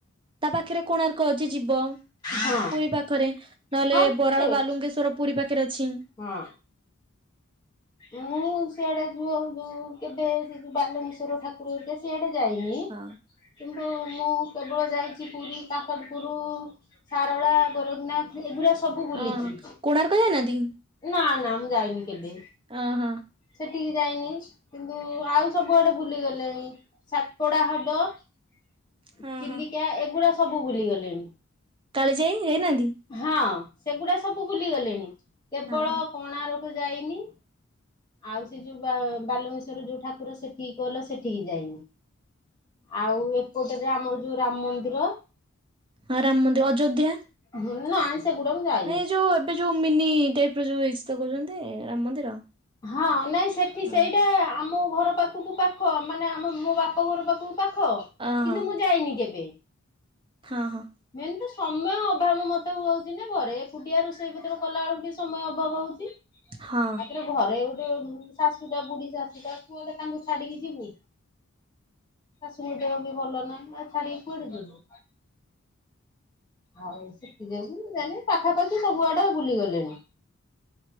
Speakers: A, on the right; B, on the left.
A: ତା ପାଖରେ କୋଣାର୍କ ଅଛି ଯିବ
B: ହଁ
A: ପୁରୀ ପାଖରେ। ନହେଲେ
B: ହଁ
A: ବରାଳ
B: ସେଇ
A: ବାଲୁଙ୍ଗେଶ୍ଵର ପୁରୀ ପାଖରେ ଅଛି।
B: ହଁ। ମୁଁ ସିଆଡେ ଯଉ ଯୋଉ କେବେ ସେ ଯୋଉ ବାଲୁଙ୍କେଶ୍ୱର ଠାକୁରହେରିକା ସିଆଡେ ଯାଇନି।
A: ହଁ।
B: କିନ୍ତୁ ମୁଁ କେବଳ ଯାଇଚି ପୁରୀ କାକଟପୁର। ସାରଳା ଗୋରଖନାଥ ଏଗୁଡା ସବୁ ବୁଲିଚି।
A: ହଁ କୋଣାର୍କ ଯାଇନାହାନ୍ତି
B: ନା ନା ମୁଁ ଯାଇନି କେବେ?
A: ଅ ହଁ।
B: ସେଠିକି ଯାଇନି କିନ୍ତୁ ଆଉ ସବୁଆଡେ ବୁଲିଗଲେଣି ସାତପଡା ହବ୍। ଜ
A: ହଁ
B: ଚିଲିକା
A: ହଁ।
B: ଏଗୁଡା ସବୁ ବୁଲିଗଲିଣି।
A: କାଳିଜାଇ ଯାଇନାହାନ୍ତି?
B: ହଁ ସେଗୁଡା ସବୁ ବୁଲିଗଲେଣି କେବଳ
A: ହଁ ହଁ
B: କଣାରୋକ ଯାଇନି। ଆଉ ସେ ଯୋଉ ବା ବାଲୁଙ୍ଗେଶ୍ୱର ଯୋଉ ଠାକୁର ସେଠିକି କଇଲ ସେଠିକି ଯାଇନି। ଆଉ ଏପଟେ ଯେ ଆମର ଯୋଉ ରାମ ମନ୍ଦିର
A: ହଁ ରାମ ମନ୍ଦିର ଅଯୋଧ୍ୟା?
B: ହୁଁ ନାଇସ୍ ସେଗୁଡ଼ା ମୁଁ ଯାଏ
A: ନାଇଁ ଯୋଉ ଏବେ ଯୋଉ ମିନି ଟାଇପର ଯୋଉ ହେଇଛି ତ କହୁଛନ୍ତି ରାମ ମନ୍ଦିର?
B: ହଁ ନାଇଁ ସେଠି
A: ହଁ
B: ସେଇଟା ଆମ ଘର ପାଖକୁପା ପାଖ ମାନେ ଆମ ମୋ ବାପ ଘର ପାଖକୁ ପାଖ କିନ୍ତୁ
A: ଅହ
B: ମୁଁ ଯାଇନି କେବେ।
A: ହଁ ହଁ।
B: ମେନ୍ ତ ସମୟ ଅଭାବ ମତେ ହଉଚି ନା ଘରେ ଏକୁଟିଆ ରୋଷେଇ ପତ୍ର କଲା ବେଳକୁ ଟିକେ ସମୟ ଅଭାବ ହଉଚି।
A: ହଁ।
B: ଇଲୋ ଘରେ ଗୋଟେ ଉମ ଶାଶୁଟା ବୁଢୀ ଶାଶୁଟା କୁଆଡେ ତାଙ୍କୁ ଛାଡିକି ଯିବୁ। ଶାଶୁଙ୍କ ଦେହ ବି ଭଲ ନାହିଁ ଆ ଛାଡିକି କୁଆଡେ ଯିବୁ। ଆଉ ସେଥି ଯୋଗୁ ଜାଣି ପାଖାପାଖି ସବୁ ଆଡେ ବୁଲି ଗଲେଣି।